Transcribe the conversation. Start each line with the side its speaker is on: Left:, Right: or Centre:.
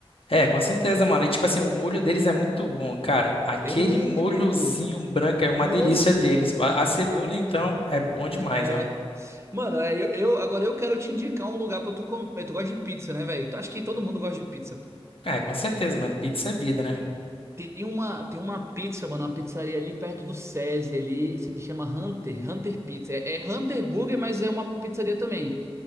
Left: É, com certeza, mano. E tipo assim, o molho deles é muito bom, cara. Aquele
Right: É,
Left: molhozinho
Right: pô.
Left: branco é
Right: Nossa,
Left: uma delícia deles.
Right: mano.
Left: A, a cebola,
Right: É muito
Left: então,
Right: bom.
Left: é bom demais,
Right: É.
Left: ó.
Right: Mano, é, eu, eu- agora eu quero te indicar um lugar pra tu comer. Tu gosta de pizza, né, velho? Tu- Acho que todo mundo gosta de pizza, pô.
Left: É, com certeza, mano. Pizza é vida, né?
Right: Tem uma, tem uma pizza, mano, uma pizzaria ali perto do SESI ali, se chama Hunter, Hunter Pizza. É, é Hunter Burger, mas é uma pizzaria também.